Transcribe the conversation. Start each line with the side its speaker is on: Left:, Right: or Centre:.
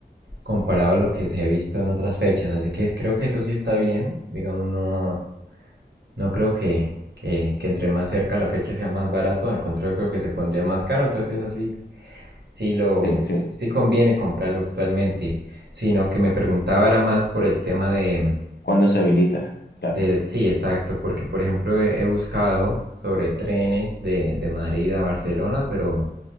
Right: comparado a lo que se ha visto en otras fechas. Así que creo que eso sí está bien, digamos, no No creo que, que, que entre más cerca la fecha sea más barato, al contrario creo que se pondría más caro, entonces eso sí, sí lo,
Left: Sí, sí.
Right: sí conviene comprarlo actualmente, sino que me preguntaba era más por el tema de,
Left: ¿Cuándo se habilita? Claro.
Right: de sí, exacto, porque por ejemplo he, he buscado sobre trenes de, de Madrid a Barcelona, pero